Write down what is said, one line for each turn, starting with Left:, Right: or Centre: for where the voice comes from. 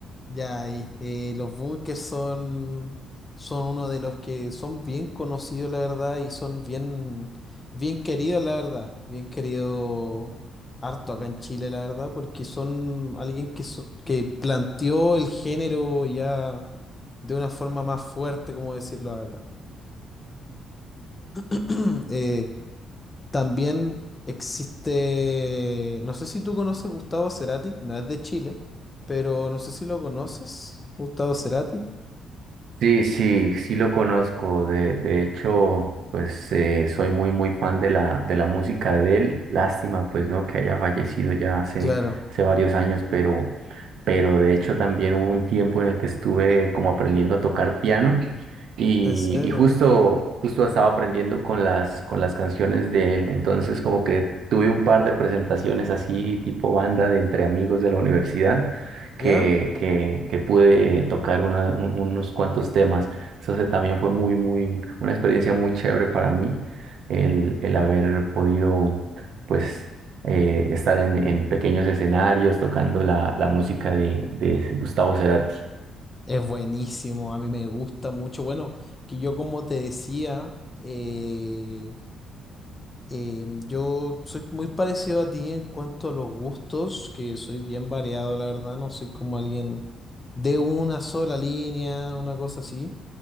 Left: Ya, y, eh, los bunkers son, son uno de los que son bien conocidos, la verdad, y son bien, bien queridos, la verdad. Bien querido harto acá en Chile, la verdad, porque son alguien que, so- que planteó el género ya de una forma más fuerte, como decirlo acá. <clears throat> Eh, también existe, no sé si tú conoces Gustavo Cerati, no es de Chile, pero no sé si lo conoces, Gustavo Cerati.
Right: Sí, sí, sí lo conozco. De, de hecho, pues eh, soy muy, muy fan de la, de la música de él. Lástima, pues, ¿no? Que haya fallecido ya hace,
Left: Claro.
Right: hace varios años, pero... pero de hecho también hubo un tiempo en el que estuve como aprendiendo a tocar piano y,
Left: En serio,
Right: y justo,
Left: mi-
Right: justo estaba aprendiendo con las, con las canciones de él, entonces como que tuve un par de presentaciones así tipo banda de entre amigos de la universidad
Left: ¿ya?
Right: que, que, que pude tocar una- un- unos cuantos temas, entonces también fue muy, muy, una experiencia muy chévere para mí el, el haber podido... pues eh, estar en, en pequeños escenarios tocando la, la música de, de Gustavo Cerati.
Left: Es buenísimo, a mí me gusta mucho. Bueno, que yo como te decía, eh, eh, yo soy muy parecido a ti en cuanto a los gustos, que soy bien variado, la verdad, no soy como alguien de una sola línea, una cosa así,